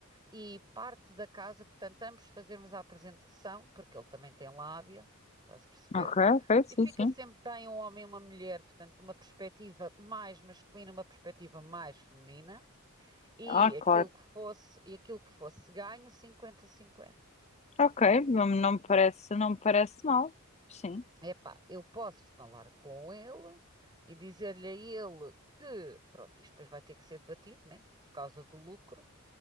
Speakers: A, on the right; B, on the left.
A: e parte da casa, portanto, ambos fazermos a apresentação, porque ele também tem lábia, estás a perceber?
B: Ok, ok,
A: E
B: sim,
A: fica
B: sim.
A: sempre bem um homem e uma mulher, portanto, uma perspectiva mais masculina, uma perspectiva mais feminina, e
B: Ah,
A: aquilo
B: claro.
A: que fosse, e aquilo que fosse ganho, 50-50.
B: Ok, não, não me parece, não me parece mal. Sim.
A: Epá, eu posso falar com ele e dizer-lhe a ele que, pronto, isto depois vai ter que ser debatido, né? Por causa do lucro,